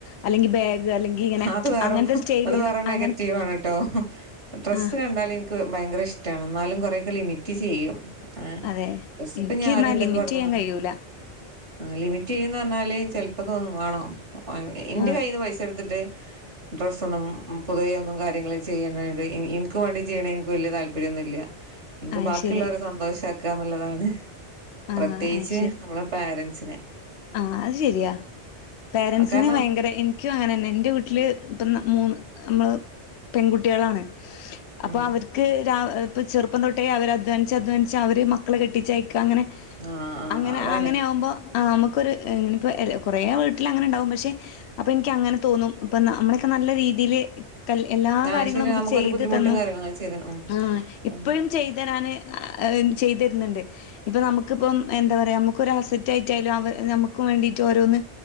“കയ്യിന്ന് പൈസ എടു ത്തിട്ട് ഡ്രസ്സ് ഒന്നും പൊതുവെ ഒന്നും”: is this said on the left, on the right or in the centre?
Right